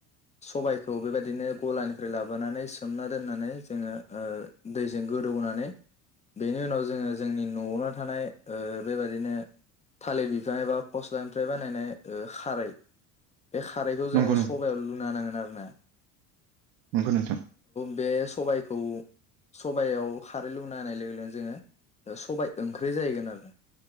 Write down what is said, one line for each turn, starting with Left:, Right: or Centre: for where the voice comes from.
Left: सबाय, खौ बेबायदिनो गलानिफ्राय लाबोनानै सोमना दोननानै जोङो ओ दैजों गोदौहोनानै, बेनि उनाव जोङो जोंनि न'आवनो थानाय ओ बेबादिनो थालिर बिफां एबा फस्लानिफ्राय बानायनाय ओ खारै बे खारैखौ
Right: नंगौ
Left: जोङो
Right: नोंथां
Left: सबायाव लुना नांगोन आरो ना?
Right: नोंगौ नोंथां
Left: बे सबायखौ सबायाव खारै लुना होननाय लोगो लोगोनो जोङो ओ सबाय ओंख्रि जाहैगोन आरो।